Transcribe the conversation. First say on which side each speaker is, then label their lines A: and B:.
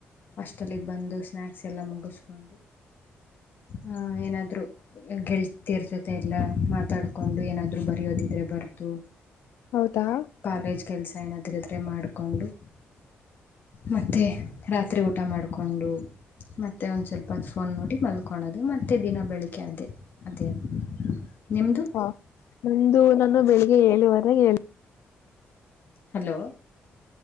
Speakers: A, on the left; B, on the left.
A: ಹಾಸ್ಟೆಲಿಗೆ ಬಂದು ಸ್ನಾಯಾಕ್ಸ್ ಎಲ್ಲ ಮುಗಿಸ್ಕೊಂಡು ಆ ಏನಾದ್ರು ಗೆಳ್ ತಿರ ಜೊತೆ ಎಲ್ಲ ಮಾತಾಡ್ಕೊಂಡು ಏನಾದರೂ ಬರೆಯೋದಿದ್ರೆ ಬರದು
B: ಹೌದಾ
A: ಕಾಲೇಜ್ ಕೆಲಸ ಏನಾದರಿದ್ರೆ ಮಾಡಿಕೊಂಡು ಮತ್ತೆ ರಾತ್ರಿ ಊಟ ಮಾಡಿಕೊಂಡು ಮತ್ತೆ ಒಂದ್ ಸ್ವಲ್ಪ ಫೋನ್ ನೋಡಿ ಮಲ್ಕಳೋದು ಮತ್ತೆ ದಿನ ಬೆಳಿಗ್ಗೆ ಅದೇ ಅದೇ ನಿಮ್ಮದು
B: ಹಾ ನಂದು ನಾನು ಬೆಳಿಗ್ಗೆ ಏಳುವರೆಗೆ ಹೇಳ
A: hello